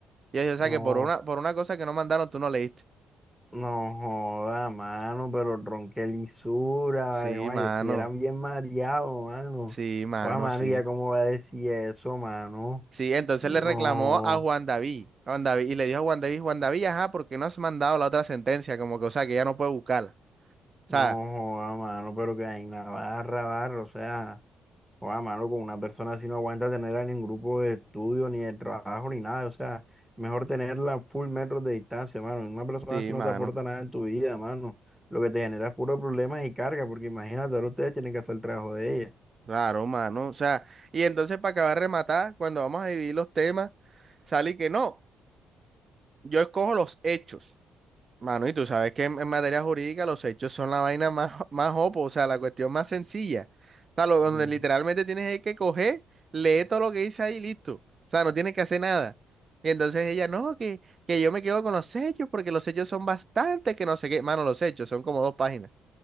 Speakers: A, on the right; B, in the centre.
A: Y yo, o sea
B: No.
A: que por una, por una cosa que no mandaron, tú no leíste.
B: No joda, mano, pero ron, qué lisura,
A: Sí,
B: vale, guay,
A: mano,
B: yo estuviera bien mareado, mano.
A: sí, mano,
B: Joda, mano,
A: sí.
B: ¿y ya cómo va a decir eso, mano?
A: Sí, entonces
B: No,
A: le reclamó a Juan David, a Juan David, y le dijo a Juan David, Juan David, ajá, ¿por qué no has mandado la otra sentencia? Como que, o sea, que ya no puede buscarla. O
B: no
A: sea,
B: joda, mano, pero que hay una barra, barra, o sea, joda, mano, con una persona así no aguanta tenerla en ningún grupo de estudio, ni de trabajo, ni nada, o sea, mejor tenerla full metros de distancia, mano. Una persona
A: sí,
B: así no
A: mano,
B: te aporta nada en tu vida, mano. Lo que te genera es puro problemas y carga, porque imagínate, ahora ustedes tienen que hacer el trabajo de
A: claro, mano. O sea, y entonces para acabar de rematar, cuando vamos a dividir los temas, sale que no, yo escojo los hechos. Mano, y tú sabes que en, en materia jurídica los hechos son la vaina más, <laughs> más opo, o sea, la cuestión más sencilla. O sea, lo, donde
B: ella.
A: literalmente tienes es que coger, leer todo lo que dice ahí y listo. O sea, no tienes que hacer nada. Y entonces ella, no, que, que yo me quedo con los hechos porque los hechos son bastantes, que no sé qué. Mano, los hechos son como dos páginas.